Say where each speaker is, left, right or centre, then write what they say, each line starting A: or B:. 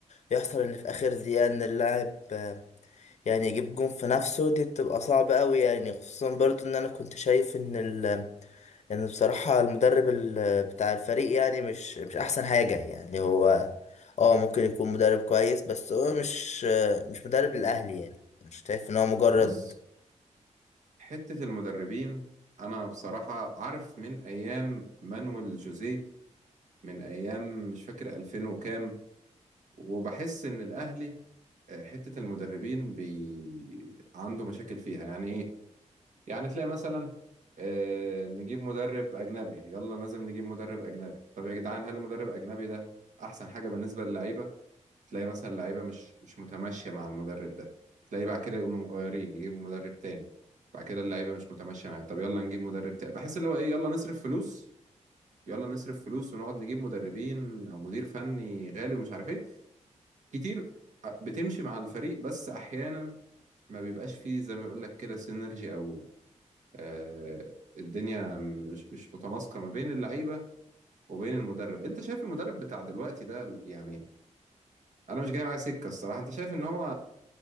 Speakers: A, on the left (about 65°); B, on the right (about 75°).
A: يحصل ان في اخر دقيقه ان اللاعب آه، يعني يجيب جون في نفسه دي بتبقى صعبه قوي يعني خصوصا برضو ان انا كنت شايف ان ال يعني بصراحة المدرب ال- بتاع الفريق يعني مش مش أحسن حاجة يعني هو اه ممكن يكون مدرب كويس بس هو مش مش مدرب للأهلي يعني مش شايف إن هو مجرد
B: بص حته المدربين انا بصراحه عارف من ايام مانويل جوزيه من ايام مش فاكر 2000 وكام وبحس ان الاهلي آه، حتة المدربين بي... عنده مشاكل فيها يعني إيه؟ يعني تلاقي مثلا آه، نجيب مدرب أجنبي يلا لازم نجيب مدرب أجنبي طب يا جدعان هل المدرب الأجنبي ده أحسن حاجة بالنسبة للعيبة؟ تلاقي مثلا اللعيبة مش مش متماشية مع المدرب ده تلاقي بعد كده يقوموا مغيرين يجيبوا مدرب تاني بعد كده اللعيبة مش متماشية معاه طب يلا نجيب مدرب تاني بحس اللي هو إيه يلا نصرف فلوس يلا نصرف فلوس ونقعد نجيب مدربين أو مدير فني غالي ومش عارف إيه كتير آه، بتمشي مع الفريق بس أحيانا ما بيبقاش فيه زي ما يقول لك كده سينرجي او آه الدنيا مش مش متناسقه ما بين اللعيبه وبين المدرب انت شايف المدرب بتاع دلوقتي ده يعني انا مش جاي معاه سكه الصراحه انت شايف ان هو